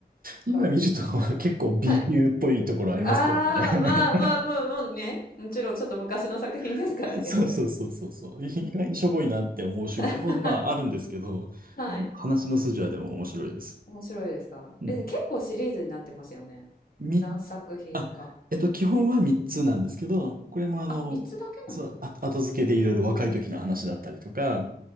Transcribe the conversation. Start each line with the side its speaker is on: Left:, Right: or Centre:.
Left: そっか。
Right: 今見ると結構 B
Left: はい。
Right: 級っぽいところありますけどね。
Left: ああ、まあまあ、もう、もうね。もちろん、ちょっと昔の作品ですからね。
Right: <laughs> そうそうそうそうそう。意外にしょぼいなって思う瞬間も、
Left: <laughs>
Right: まあ、あるんですけど、
Left: はい。
Right: あの話の筋はでも面白いです。
Left: 面白いですかえ、
Right: うん。
Left: 結構シリーズになってますよね。
Right: み、
Left: 何作品か。
Right: あ、えっと、基本は3つなんですけど、これもあの、
Left: あ、3つだけなんだ。
Right: そう、あ後付けでいろいろ若い時の話だったりとか、